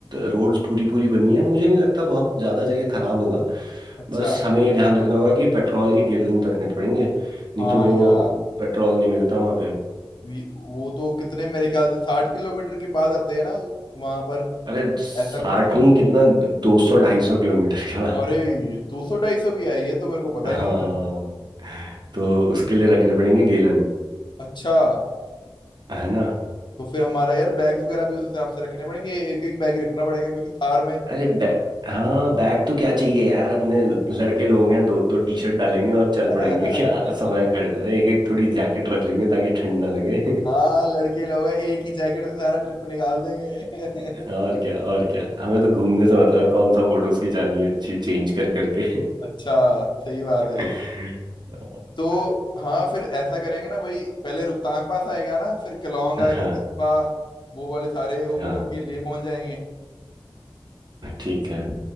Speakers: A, on the right; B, on the left.
A: रोड्स पूरी पूरी बनी है मुझे नहीं लगता बहुत ज़्यादा जगह खराब होगा
B: अच्छा
A: बस हमें ये ध्यान रखना होगा कि पेट्रोल के गैलन रखने पड़ेंगे नहीं
B: हाँ
A: तो वो
B: यार
A: पेट्रोल नहीं मिलता वहाँ पे
B: वी- वो तो कितने मेरे ख्याल से साठ किलोमीटर के बाद आते हैं ना वहां पर
A: अरे साठ
B: ऐसा कुछ है
A: नहीं कितना दो सौ ढाई सौ किलोमीटर के बाद
B: अरे दो सौ ढाई सौ भी है ये तो मेरे को पता ही नहीं
A: हाँ
B: था
A: तो उसके लिए रखने पड़ेंगे गैलन
B: अच्छा
A: है ना
B: तो फिर हमारा यार बैग वगैरह भी उस हिसाब से रखने पड़ेंगे एक एक बैग ही रखना पड़ेगा क्योंकि थार में
A: अरे बै, हाँ बैग तो क्या चाहिए यार अपने लड़के लोग हैं दो दो टी शर्ट डालेंगे और चल
B: <laughs>
A: पड़ेंगे <laughs> क्या समय कट जाना है एक एक थोड़ी जैकेट रख लेंगे ताकि ठंड ना लगे
B: हाँ लड़के लोग हैं एक ही जैकेट से सारा ट्रिप निकाल देंगे
A: <laughs>
B: <laughs>
A: और क्या और क्या हमें तो घूमने से मतलब है कौन सा फोटोज खिंचानी है अच्छी चेंज कर करके
B: अच्छा सही बात
A: <laughs>
B: है तो हाँ फिर ऐसा करेंगे ना वही पहले रोहतांग पास आएगा ना फिर केलोंग
A: हाँ
B: आएगा जिस्पा वो वाले सारे हो,
A: हाँ
B: होके ले पहुंच जाएंगे
A: ठीक है